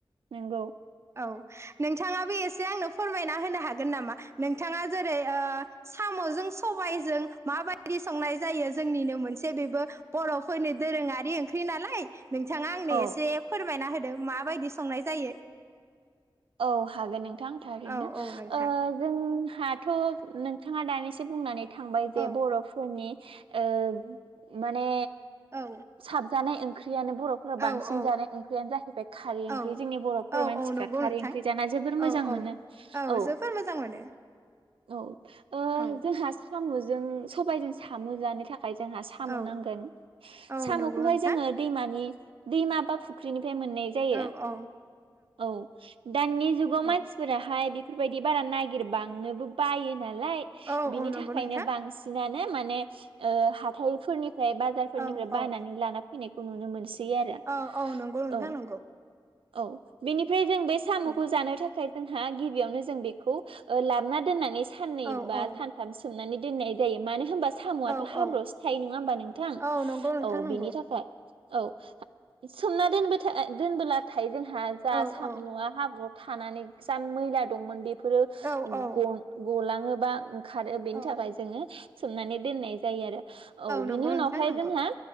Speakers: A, on the right; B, on the right.
A: नंगौ
B: औ नोंथाङाबो एसे आंनो फोरमायना होनो हागोन नामा नोंथाङा जोरै ओ साम'जों सबाइजों माबादि संनाय जायो जोंनिनो मोनसे बेबो बर'फोरनि दो दोरोङारि ओंख्रि नालाय नोंथाङा आंनो
A: औ
B: एसे फोरमायना होदो माबायदि संनाय जायो।
A: औ हागोन नोंथां थारैनो‌।
B: औ औ नोंथां
A: ओ जों हाथ' नोंथाङा दानिसो बुंनानै थांबाय जे
B: औ
A: बर'फोरनि ओ माने
B: औ
A: साबजानाय ओं ओंख्रियानो बर'फोरनाव बांसिन
B: औ औ
A: जानाय ओंख्रियानो जाहैबाय खारै ओंख्रि
B: औ
A: जोंनि बर'फोर
B: औ
A: मानसिफ्रा।
B: औ नंगौ
A: खारै
B: नोंथां
A: ओंख्रि जाना जोबोर मोजां
B: औ औ
A: मोनो औ।
B: जोबोर मोजां मोनो
A: औ। ओ
B: औ
A: जोंहा साम'जों सबायजों साम' जानो थाखाय खाय जोंहि साम'
B: औ
A: नांगोन
B: औ
A: सामखौहाय
B: नंगौ नोंथां
A: जोङो दैमानि दैमा बा फुख्रिनि फ्राय मोननाय जायो।
B: औ औ
A: औ। दानि जुगाव मानसिफोराहाय
B: औ
A: बेफोरबायदि बारा नागिरबांनोबो बायो नालाय,
B: औ
A: बिनि
B: औ नंगौ
A: थाखायनो
B: नोंथां
A: बांसिनानो माने ओ हाथाइफोरनिफ्राय बाजारफोरनिफ्राय
B: औ
A: निफ्राय बायनानै
B: औ
A: लाना फैनायखौ नुनो मोनसै। आरो
B: औ औ नंगौ नोंथां
A: औ
B: नंगौ
A: औ। बेनिफ्राय जों बे साम'खौ
B: औ
A: जानो थाखाय जोंहा गिबियावनो जों बेखौ लाबोना दोननानै साननै
B: औ
A: बा
B: औ
A: सानथाम सोमनानै दोननाय जायो। मानो होनबा साम'आथ'
B: औ
A: हाब्र'आवसो
B: औ
A: थायो नङा होमबा नोंथां।
B: औ नंगौ नोंथां
A: औ
B: नंगौ
A: बेनि थाखाय। औ। सोमना दोन दोनबोलाथाय जोंहा जा
B: औ
A: सामुवा
B: औ
A: हाब्रु थानानै जा मैला दंमोन बेफोरो
B: औ औ
A: ग गलाङोबा खारो बेनि
B: औ
A: थाखाय जोङो सोमनानै दोननाय जायो आरो। औ
B: नंगौ
A: बिनि
B: नोंथां
A: उनावहाय
B: नंगौ
A: जोंहा